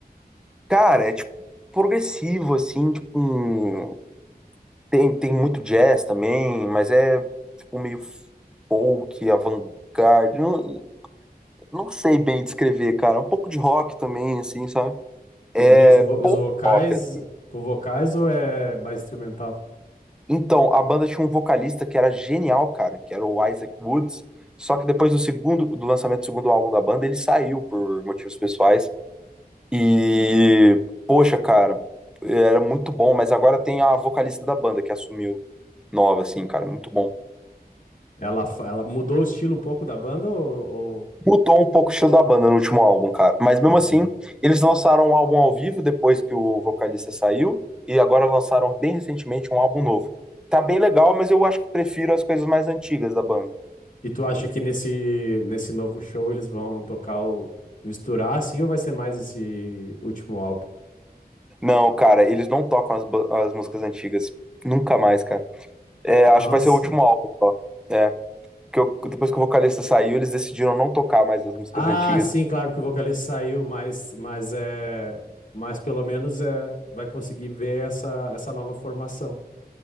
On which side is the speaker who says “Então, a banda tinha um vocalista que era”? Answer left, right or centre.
Centre